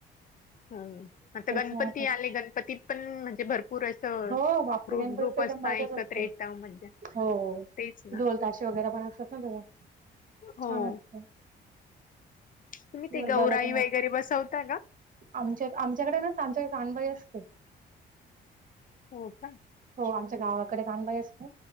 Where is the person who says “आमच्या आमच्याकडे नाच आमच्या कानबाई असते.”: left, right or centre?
Right